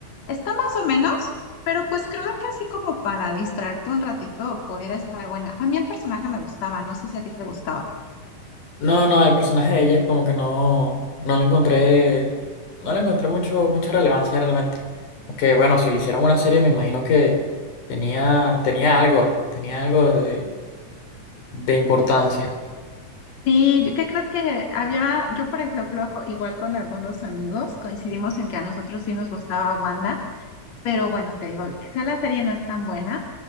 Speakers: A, on the left; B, on the left.
A: Está más o menos, pero pues creo que así como para distraerte un ratito pudiera estar buena. A mí el personaje me gustaba, no sé si a ti te gustaba.
B: No, no, el personaje de ella como que no, no le encontré, no le encontré mucho, mucha relevancia realmente. Aunque bueno, si le hicieron una serie me imagino que tenía, tenía algo, tenía algo de, de importancia.
A: Sí, yo- ¿qué crees que había? Yo, por ejemplo, co- igual con algunos amigos coincidimos en que a nosotros sí nos gustaba Wanda, pero bueno, te digo, quizá la serie no es tan buena,